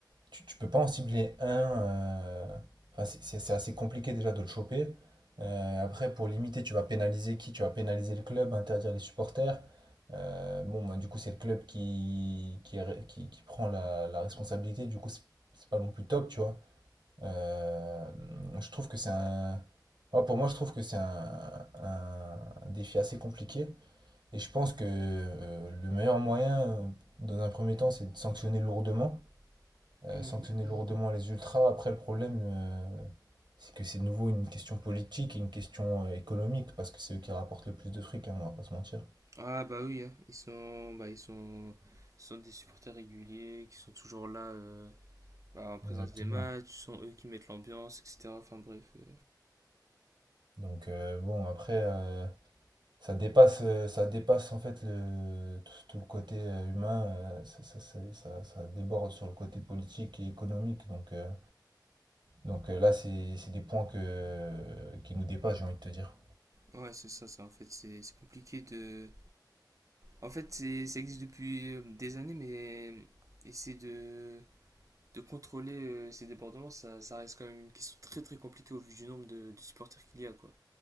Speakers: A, on the right; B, on the right.
A: tu, tu peux pas en cibler un. euh, Enfin, c'est c'est- c'est assez compliqué déjà de le choper. Euh, après, pour limiter, tu vas pénaliser qui? Tu vas pénaliser le club, interdire les supporters. Euh, bon, bah, du coup, c'est le club qui, qui, est qui- qui prend la, la responsabilité. Du coup, c'est c'est pas non plus top, tu vois. Euh, je trouve que c'est un. ouais, pour moi, je trouve que c'est un, un défi assez compliqué. Et je pense que euh, le meilleur moyen, euh, dans un premier temps, c'est de sanctionner lourdement. Euh,
B: Mhm.
A: sanctionner lourdement les ultras. Après, le problème, euh, c'est que c'est de nouveau une question politique et une question euh, économique, parce que c'est eux qui rapportent le plus de fric, hein, on va pas se mentir.
B: Ah, bah oui, hein. Ils sont, bah, ils sont, ce sont des supporters réguliers qui sont toujours là. euh, bah, en présence
A: Exactement.
B: des matchs, ce sont eux qui mettent l'ambiance, etc. Enfin bref, euh,
A: Donc, euh, bon, après, euh, ça dépasse, euh, ça dépasse en fait le, tout, tout le côté euh, humain, euh, ça, ça, ça, ça- ça déborde sur le côté politique et économique. Donc, euh, donc euh, là, c'est c'est des points que, qui nous dépassent, j'ai envie de te dire.
B: Ouais, c'est ça, ça. En fait, c'est c'est compliqué de. En fait, c'est, ça existe depuis euh, des années, mais essayer de, de contrôler euh, ces débordements, ça, ça reste quand même une question très très compliquée au vu du nombre de, de supporters qu'il y a, quoi.